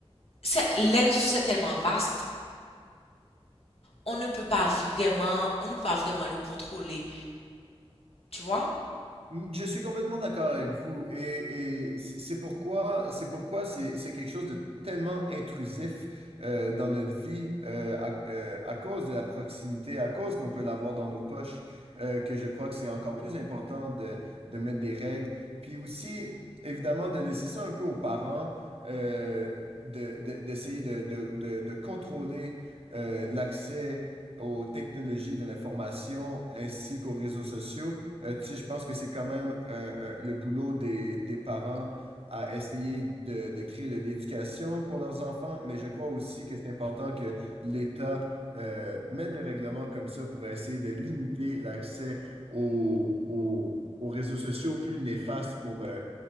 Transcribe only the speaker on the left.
c'est, les réseaux sociaux sont tellement vastes, on ne peut pas vraiment, on ne peut pas vraiment le contrôler, tu vois?